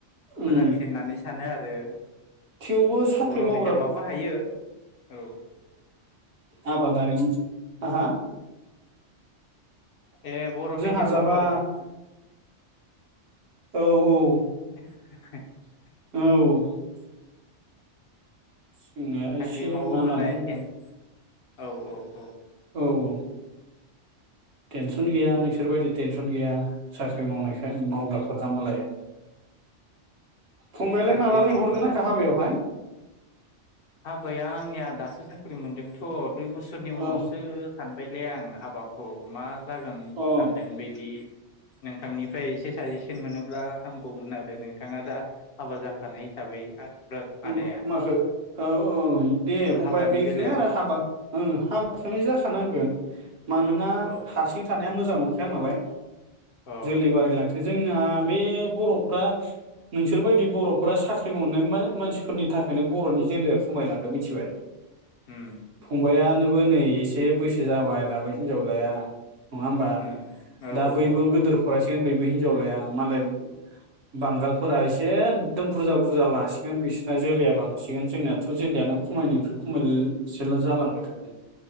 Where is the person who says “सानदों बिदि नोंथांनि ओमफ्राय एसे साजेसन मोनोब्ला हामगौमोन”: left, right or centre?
Left